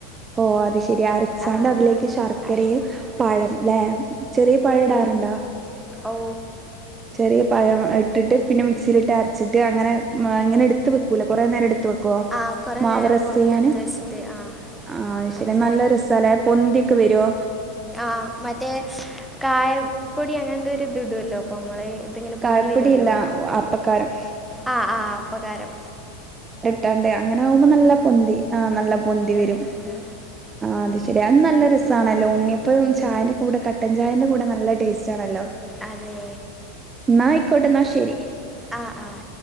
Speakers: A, on the right (about 25°); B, in the centre.
A: ഓ അത ശരി അരച്ചാണ്ട്
B: ആ
A: അതിലേക്ക് ഷർ് ക്കറ
B: അരച്ചിട്ട്
A: ഉം പഴംല്ലേ ചെറിയ പഴടാറുണ്ടാ
B: ഏ ഓ
A: ചെറിയ പഴം ഇട്ടിട്ട് പിന്നെ മിക്സിയിലിട്ട് അരച്ചിട്ട് അങ്ങനെ ഇങ്ങനെ എടുത്ത് വെക്കില്ലേ കുറെേ നേരം എടുത്ത് വയ്ക്കും.
B: ആ കുറേ
A: മാവ്
B: നേരം
A: റസ്റ്റ്
B: പുറത്തെടുത്ത്
A: ചെയ്യാന്
B: വെച്ചിട്ട് ആ
A: ആഹ ശരി
B: അങ്ങനെ
A: നല്ല രസല്ലേ പൊന്തിക്കെ വരുവോ
B: ആഹ മറ്റേ കായപ്പൊടി അങ്ങനന്തോ ഒരു ഇത് ഇടുവല്ലോ അപ്പ നമ്മള് ഇതിങ്ങനെ
A: കായപ്പൊടിയല്ല
B: പൊന്നി വരുമല്ലോ
A: അപ്പക്കാരം
B: ആ ആഹ അപകാരം
A: പണ്ട് അങ്ങനെ ആകുമ്പോ നല്ല പൊന്തി ആ നല്ല പൊന്തി
B: ആ
A: വരും
B: ആ ആ
A: ആ ആ അത് ശരി അത് നല്ല രസമാണല്ലോ
B: ആ
A: ഉണ്ണിയപ്പം ചായൻ്റെ കൂടെ കട്ടൻ ചായേൻ്റെ കൂടെ നല്ല ടേസ്റ്റ് ആണല്ലോ
B: അതെ
A: എന്നാ ആയിക്കോട്ടെ എന്നാശരി
B: ആഹ ആഹ